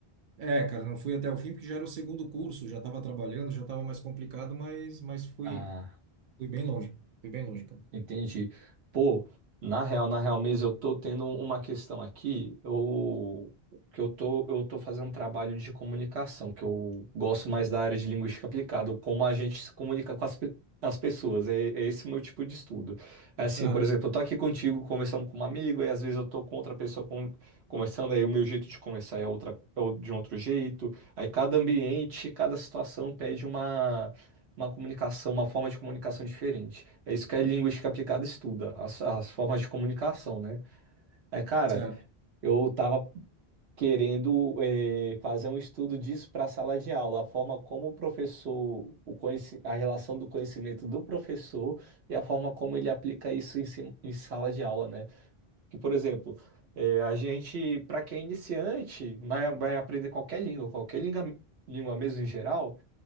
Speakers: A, on the right; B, on the right.
A: É, cara, não fui até o fim porque já era o segundo curso, já estava trabalhando, já estava mais complicado, mas mas fui
B: Ah.
A: fui bem longe, fui bem longe, cara.
B: Entendi. Pô, na real, na real mesmo, eu tô tendo uma questão aqui, eu, que eu tô, eu tô fazendo um trabalho de comunicação, que eu gosto mais da área de linguística aplicada, como a gente se comunica com as, pe- as pessoas, é, é esse o meu tipo de estudo. É assim,
A: Ah,
B: por exemplo, eu tô aqui contigo conversando com um amigo, e às vezes eu tô com outra pessoa con- conversando, aí o meu jeito de conversar é outra, é o- de um outro jeito, aí cada ambiente, cada situação pede uma uma comunicação, uma forma de comunicação diferente. É isso que a linguística aplicada estuda, as, as formas de comunicação, né? É, cara,
A: certo.
B: eu tava querendo eh, fazer um estudo disso para a sala de aula, a forma como o professor, o conheci- a relação do conhecimento do professor e a forma como ele aplica isso em, si- em sala de aula, né? Que, por exemplo, eh, a gente, para quem é iniciante, vai, vai aprender qualquer língua, qualquer língua, língua mesmo em geral